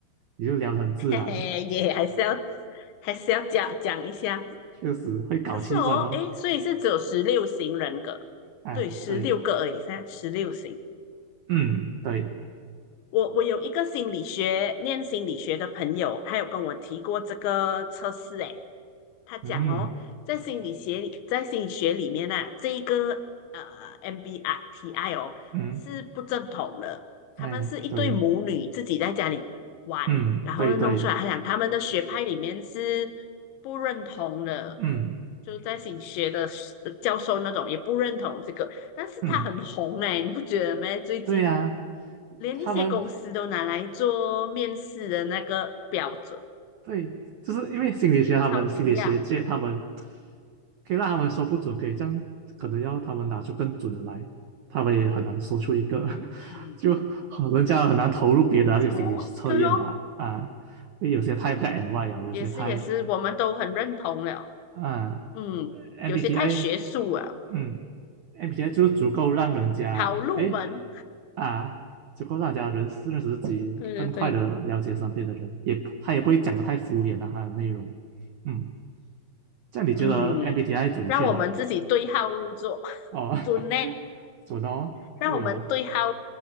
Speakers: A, on the right; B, on the left.
A: 也就聊得很自然哦，
B: 嘿也还是要还是要讲讲一下。
A: 确实会搞气氛哦，
B: 可是哦，诶，所以是只有十六型人格，
A: 啊，
B: 对，十六个而已，
A: 对，
B: 噻，十六型。
A: 嗯，对，
B: 我我有一个心理学念心理学的朋友，他有跟我提过这个测试，诶，他讲哦，
A: 嗯
B: 在心理学里，在心理学里面呢、啊这一个呃 MBTI 哦是不正统的，
A: 嗯，
B: 他们是一对母女自己在家里玩，
A: 哎，对，嗯，
B: 然后弄出来。
A: 对对，
B: 他讲他们的学派里面是不认同的，
A: 嗯
B: 就在心理学的教授那种也不认同这个，但是他很红哎，
A: 嗯，
B: 欸你不觉得吗？最近
A: 对呀、
B: 连一些公司都拿来做面试的那个标准，
A: 他们对，就是因为心理学，他们心理学界，
B: 超惊讶。
A: 他们可以让他们说不准，可以这样，可能要他们拿出更准的来，他们也很难说出一个，<laughs>
B: 嗯。
A: 就很人家很难投入别的那些心理测验吧，
B: 哦，对咯，
A: 啊，因为有些太 b a d and white 了，有些太
B: 也是也是，我们都很认同了。
A: 啊
B: 嗯，
A: ，MBTI，
B: 有些太学术了，
A: 嗯，MBTI 就足够让人家诶
B: 好入门。
A: 啊，足够让人家认识认识自己，
B: 对对对，
A: 更快的了解身边的人，也他也不会讲的太敷衍的、啊他的内容，嗯。这样你觉得
B: 嗯，
A: MBTI 准确吗？
B: 让我们自己对号入座，<laughs>
A: 哦，<laughs>
B: 准呢，
A: 准哦，
B: 让我们对号
A: 对哦，